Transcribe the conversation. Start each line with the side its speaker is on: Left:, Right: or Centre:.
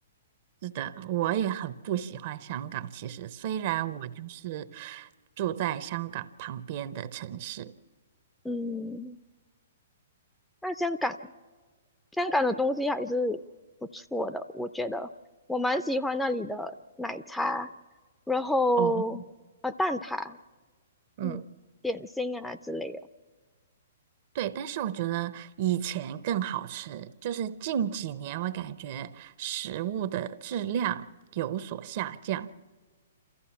Right: 是的，我也很不喜欢香港。其实虽然我就是住在香港旁边的城市，
Centre: 嗯，那香港。香港的东西还是不错的，我觉得我蛮喜欢那里的奶茶，然后呃蛋挞，
Right: 哦，嗯。
Centre: 嗯，点心啊之类的，
Right: 对，但是我觉得以前更好吃，就是近几年我感觉食物的质量有所下降。